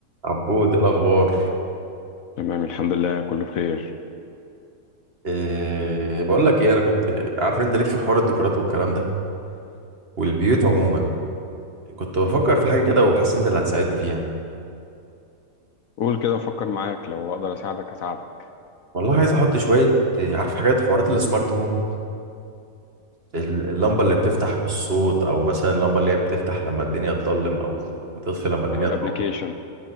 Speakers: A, on the right; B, on the left.
A: عبود إيه الاخبار
B: تمام الحمد لله كله بخير
A: إيه
B: يعني
A: بقول لك ايه انا كنت عارف إن انت ليك في حوار الديكورات والكلام ده والبيوت عموما كنت بفكر في حاجه كده وحاسس إن انت اللي هتساعدني فيها
B: قول كده افكر معاك لو اقدر اساعدك اساعدك
A: والله عايز احط شويه إيه، عارف حاجات حوارات السمارت هوم ال- اللمبه
B: اه
A: اللي بتفتح بالصوت او مثلا اللمبه اللي هي بتفتح لما الدنيا تضلم او وتطفي لما الدنيا
B: او الابليكيشن
A: تنور